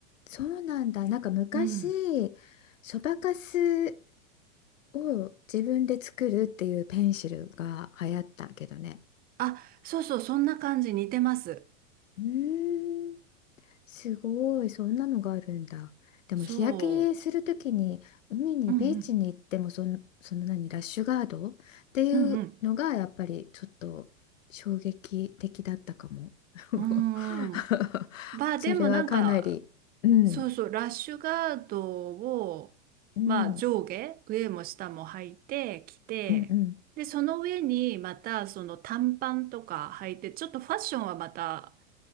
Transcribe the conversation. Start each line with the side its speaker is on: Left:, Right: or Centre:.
Left: そうなんだ。なんか昔、
Right: うん
Left: そばかすを自分で作るっていうペンシルが流行ったけどね。
Right: あそうそうそんな感じ似てます
Left: うーんすごい、そんなのがあるんだ。でも日焼けするときに海にビーチに行ってもその、
Right: そううん
Left: その何ラッシュガードっていうのがやっぱりちょっと衝撃的だったかも。
Right: うんうん
Left: <laughs>
Right: うんうーんまあでもなんか
Left: それはかなり、うん、
Right: そうそうラッシュガードをまあ上下上も下も履いてきてで、
Left: うん、うんうん
Right: その上にまたその短パンとか履いて、ちょっとファッションはまた